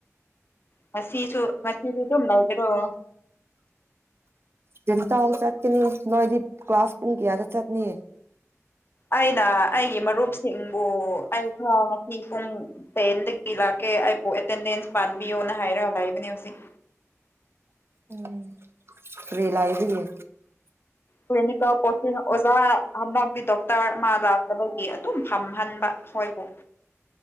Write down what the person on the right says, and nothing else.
ꯇꯤꯟꯇꯧ ꯆꯠꯀꯅꯤ ꯅꯣꯏꯗꯤ ꯀ꯭ꯂꯥꯁ ꯄꯨꯡ ꯀꯌꯥꯗ ꯆꯠꯅꯤ
ꯎꯝ ꯀ꯭ꯔꯤ ꯂꯥꯏꯔꯤꯌꯦ